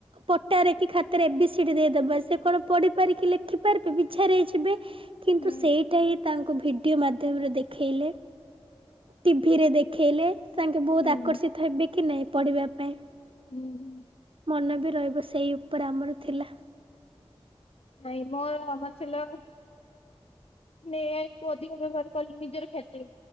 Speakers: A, on the right; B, on the left.
A: ପଟ ଟାରେ କି ଖାତରେ ଏ ବି ସି ଡି ଦେଇଦବା ସେ କଣ ପଢି ପାରି ଲେଖିପାରିବେ ବିଛାରେ ହେଇଯିବେ କିନ୍ତୁ
B: ହୁଁ
A: ସେଇଟା ହିଁ ତାଙ୍କୁ ଭିଡିଓ ମାଧ୍ୟମରେ ଦେ ଖେଇଲେ ଟିଭିରେ ଦେଖେଇଲେ ତାଙ୍କେ ବହୁତ
B: ହୁଁ
A: ଆକର୍ଷିତ ହେବି କି ନାହିଁ ପଢ଼ିବା ପାଇଁ।
B: ହୁଁ।
A: ମନେ ବି ରହିବ ସେଇ ଉପରେ ଆମର ଥିଲା।
B: ନାଇଁ ମୋର ଆମ ଥିଲା ନେ ଏଆଇ କୁ ଅଧିକ ବ୍ୟବହାର କରିକି ନିଜର କ୍ଷତି।